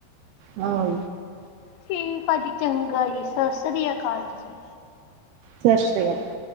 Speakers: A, on the right; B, on the left.
A: ਹਾਂ।
B: ਠੀਕ ਆ ਜੀ। ਚੰਗਾ ਜੀ ਸਸਰੀ ਆ ਅਕਾਲ ਜੀ।
A: ਸਤਿ ਸ਼੍ਰੀ ਅਕਾਲ।